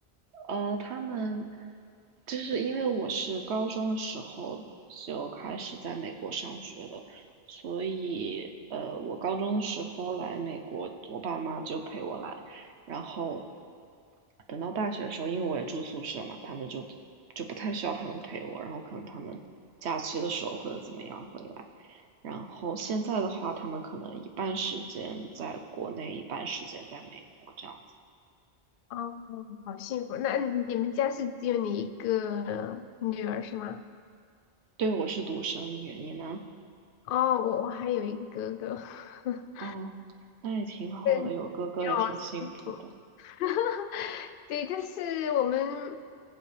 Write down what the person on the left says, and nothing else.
哦，好幸福！那你们家是只有你一个女儿是吗？
哦，我我还有一个哥哥，<laughs>
对，你
好幸福 <laughs> 对，但是我们